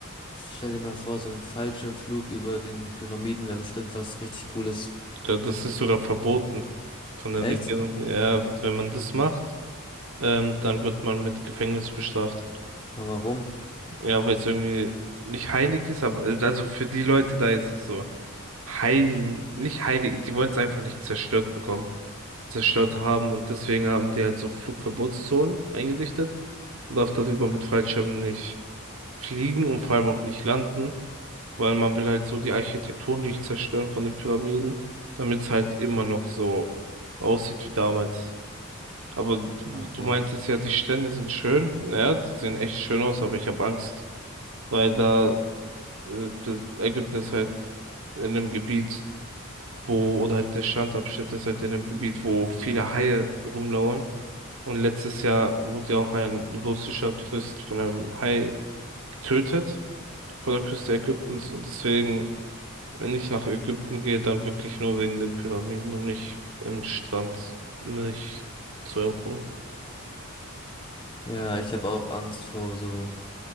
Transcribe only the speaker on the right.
da- das ist sogar verboten von der
Regierung. Ja, wenn man das macht, ähm, dann wird man mit Gefängnis bestraft.
Ja, weil es irgendwie nicht heilig ist, aber äh, also für die Leute da ist es so heil, nicht heilig, die wollen es einfach nicht zerstört bekommen, zerstört haben und deswegen haben die halt so Flugverbotszonen eingerichtet. Man darf darüber mit Fallschirmen nicht fliegen und vor allem auch nicht landen. Weil man will halt so die Architektur nicht zerstören von den Pyramiden, damit es halt immer noch so aussieht wie damals. Aber du,
du Ja. meintest ja, die Stände sind schön. Ja, die sehen echt schön aus, aber ich habe Angst, weil da äh, das Ägypten ist halt in einem Gebiet, wo, oder halt der Strandabschnitt ist halt in einem Gebiet, wo viele Haie rumlauern. Und letztes Jahr wurde ja auch ein russischer Tourist von einem Hai getötet vor der Küste Ägyptens und deswegen Wenn ich nach Ägypten gehe, dann wirklich nur wegen den Pyramiden und nicht im Strand mich zu erholen.